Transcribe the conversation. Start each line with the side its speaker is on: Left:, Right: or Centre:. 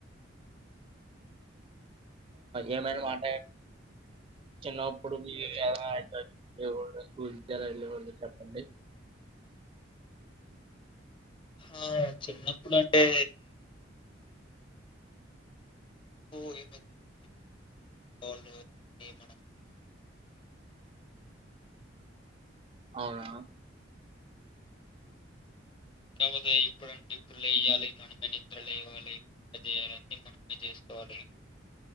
Right: ఏమైనా మాటదండి, చిన్నప్పుడు మీరు ఎలా చదువుకునే వాళ్ళు, స్కూల్ ఎలా వెళ్ళేవాళ్లు, చెప్పండి.
Left: ఆ, చిన్నప్పుడు అంటే. <unintelligible>
Right: అవునా.
Left: కాకపోతే, ఇప్పుడుంటే ఇప్పుడు లెయాలి, మనమే నిద్రలు లెవాలి, ఇ చేయ్యాలి మన. చేసుకోవాలి.